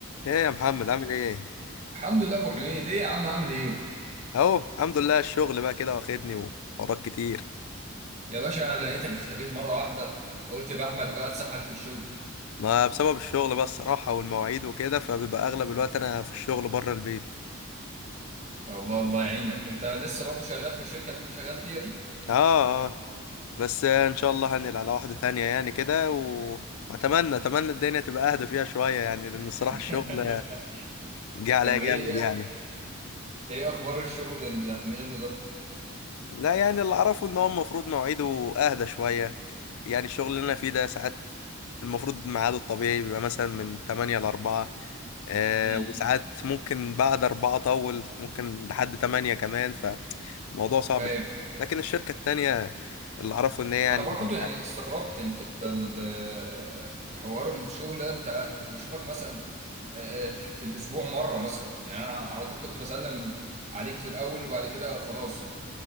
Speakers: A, on the left; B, on the right.
A: ايه يا محمد عامل ايه
B: الحمد لله ابو حميد ايه يا عم عامل ايه
A: اهو الحمد لله الشغل بقى كده واخدني وحوارات كتير
B: يا باشا انا لقيتك اختفيت مره واحده قلت يبقى احمد بقى اتسحل في الشغل
A: ما بسبب الشغل بقى الصراحة والمواعيد وكده فبيبقى اغلب الوقت انا في الشغل بره البيت
B: الله الله يعينك انت لسه برضه شغال في الشركه اللي انت شغال فيها دي
A: اه اه بس ان شاء الله هنقل على واحدة تانية يعني كده و- واتمنى اتمنى الدنيا تبقى اهدى فيها شوية يعني لان الصراحة
B: <laughs>
A: الشغل جه عليا
B: طب
A: جامد
B: ايه ايه
A: يعني
B: إيه اخبار الشغل اللي هتنقله ده
A: لا يعني اللي اعرفه ان هو المفروض مواعيده اهدى شوية يعني الشغل اللي انا فيه ده ساعات المفروض ميعاده الطبيعي بيبقى مثلا من 8 ل 4 آه
B: امم
A: وساعات ممكن بعد أربعة أطول ممكن لحد تمانية كمان فالموضوع صعب
B: ايوه
A: شوية لكن الشركة التانية اللي أعرفه إن هي يعني
B: انا برضه يعني استغربت انت ال- حوار الشغل ده، انت انا كنت بشوفك مثلا آه، في الاسبوع مره مثلا يعني انا على طول كنت بسلم عليك في الاول وبعد كده خلاص